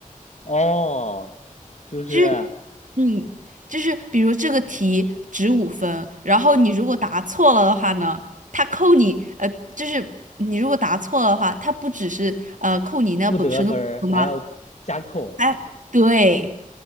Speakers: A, on the left; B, on the right.
A: 哦，就是
B: 就是嗯，就是比如这个题值五分，然后你如果答错了的话呢，它扣你呃，就是你如果答错了的话，它不只是呃扣你那本身的分嘛，
A: 不得分儿还要加扣。
B: 还对